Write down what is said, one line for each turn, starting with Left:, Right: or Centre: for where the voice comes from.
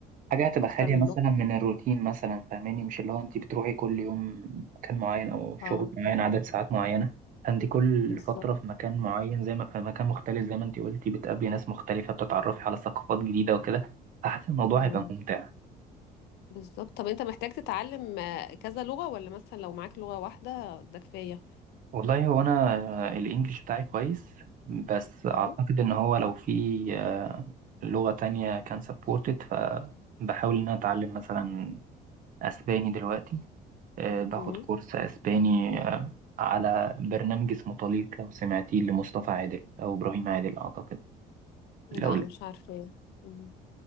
Right: حاجة هتبقى
Left: اكتر
Right: خالية
Left: من
Right: مثلا
Left: لغه
Right: من الروتين مثلا فاهماني مش اللي هو انت بتروحي كل يوم مكان معين او شغل
Left: اه
Right: معين عدد ساعات معينة انت كل
Left: بالظبط
Right: فترة في مكان معين زي ما في مكان مختلف زي ما انت قلتي بتقابلي ناس مختلفة بتتعرفي على ثقافات جديدة وكده فحاسس الموضوع
Left: اه
Right: هيبقى ممتع
Left: بالظبط طب انت محتاج تتعلم آه، كذا لغة ولا مثلا لو معاك لغة واحدة ده كفاية
Right: والله هو انا آه، الانجليش بتاعي كويس بس اعتقد
Left: اه
Right: ان هو لو في آه، لغة تانية كان سبورتد فبحاول ان انا اتعلم مثلا اسباني دلوقتي آه، باخد
Left: امم
Right: كورس اسباني آه، على برنامج اسمه طليق لو سمعتيه لمصطفى عادل او ابراهيم عادل اعتقد لو
Left: لا مش عارفة مم.